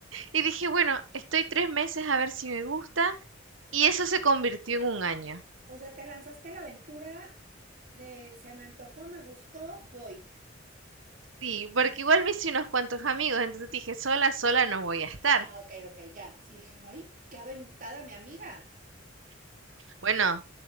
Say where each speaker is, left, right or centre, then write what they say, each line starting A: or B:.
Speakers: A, on the right; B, on the right.
A: y dije, bueno, estoy tres meses a ver si me gusta. Y eso se convirtió en un año.
B: O sea, te lanzaste a la aventura de se me antojó, me gustó, voy.
A: Sí, porque igual me hice unos cuantos amigos, entonces dije, sola, sola no voy a estar.
B: Ah, ok, ok, ya. Sí, dije, no, y qué aventada mi amiga.
A: Bueno,